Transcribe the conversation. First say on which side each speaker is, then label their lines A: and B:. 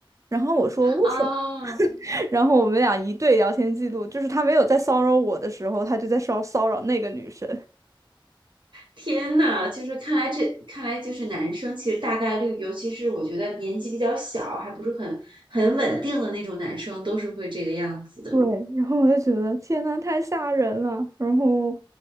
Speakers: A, on the right (about 35°); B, on the right (about 70°).
A: 然后我说为什么？
B: 啊，
A: <laughs> 然后我们俩一对聊天记录，就是他没有在骚扰我的时候，他就在骚骚扰那个女生。
B: 天呐，就是看来这看来就是男生其实大概率，尤其是我觉得年纪比较小，还不是很很稳定的那种男生，都是会这个样子的。
A: 对，然后我就觉得天呐，太吓人了，然后